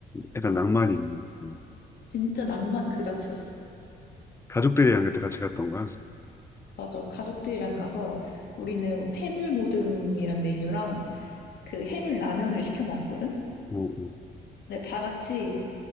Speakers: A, on the left; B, on the left.
A: 약간 낭만이 있는. 음.
B: 진짜 낭만 그 자체였어.
A: 가족들이랑 그때 같이 갔던 거야.
B: 맞아. 가족들이랑 가서 우리는 해물 모듬이란 메뉴랑 그 해물 라면을 시켜 먹었거든?
A: 어, 어.
B: 근데 다 같이